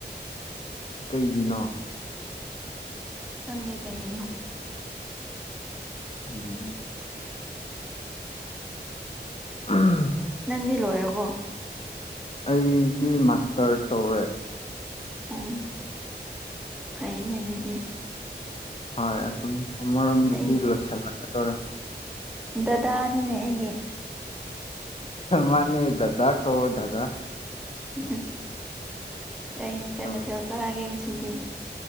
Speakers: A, on the left; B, in the centre.
A: ꯀꯩꯒꯤꯅꯣ
B: ꯈꯪꯗꯦ ꯀꯩꯒꯤꯅꯣ
A: ꯎꯝ ꯎꯝ <inaudible>
B: ꯅꯪꯗꯤ ꯂꯣꯏꯔꯕꯣ
A: ꯑꯩꯗꯤ ꯃꯥꯁꯇꯔ ꯇꯧꯔꯦ
B: ꯎꯝ ꯐꯩꯅꯦ ꯑꯗꯨꯗꯤ
A: ꯍꯣꯏ ꯑꯗꯨꯝ ꯑꯃꯔꯣꯝꯗꯗꯤ
B: ꯑꯩ
A: ꯂꯣꯏꯁꯤꯜꯂꯛꯀꯗꯧꯔꯦ
B: ꯗꯗꯥꯅꯤꯅꯦ ꯑꯩꯒꯤ
A: ꯃꯅꯦ ꯗꯗ ꯀꯧꯑꯣ ꯗꯗ
B: ꯎꯝ ꯀ ꯀꯩ
A: ꯇꯧ
B: ꯃꯊꯦꯜ ꯆꯥꯔꯒꯦ ꯉꯁꯤꯗꯤ